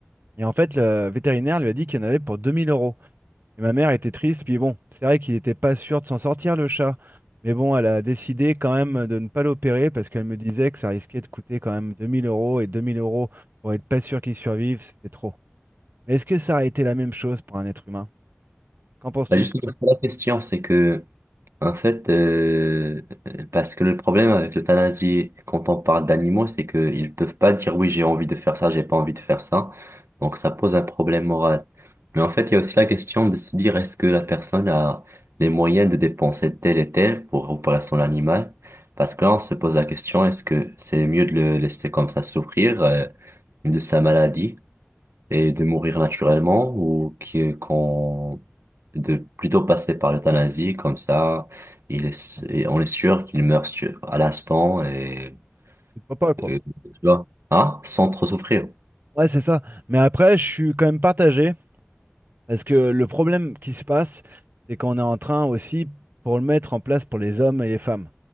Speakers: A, on the right; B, on the right.
A: Et en fait, le vétérinaire lui a dit qu'il y en avait pour 2000 euros. Et ma mère était triste, puis bon, c'est vrai qu'il n'était pas sûr de s'en sortir le chat. Mais bon, elle a décidé quand même de ne pas l'opérer parce qu'elle me disait que ça risquait de coûter quand même 2000 euros et 2000 euros pour être pas sûr qu'il survive, c'était trop. Mais est-ce que ça aurait été la même chose pour un être humain? Qu'en penses-tu?
B: Bah, justement, la question, c'est que En fait, euh, euh, parce que le problème avec l'euthanasie, quand on parle d'animaux, c'est qu'ils peuvent pas dire oui, j'ai envie de faire ça, j'ai pas envie de faire ça. Donc ça pose un problème moral. Mais en fait, il y a aussi la question de se dire est-ce que la personne a les moyens de dépenser tel et tel pour opérer son animal? Parce que là, on se pose la question est-ce que c'est mieux de le laisser comme ça souffrir, euh, de sa maladie? et de mourir naturellement ou qui- qu'on de plutôt passer par l'euthanasie comme ça il est et on est sûr qu'il meurt sur- à l'instant et,
A: Je ne crois pas, quoi.
B: et- tu vois hein sans trop souffrir
A: Ouais, c'est ça. Mais après, je suis quand même partagé Parce que le problème qui se passe, c'est qu'on est en train aussi pour le mettre en place pour les hommes et les femmes.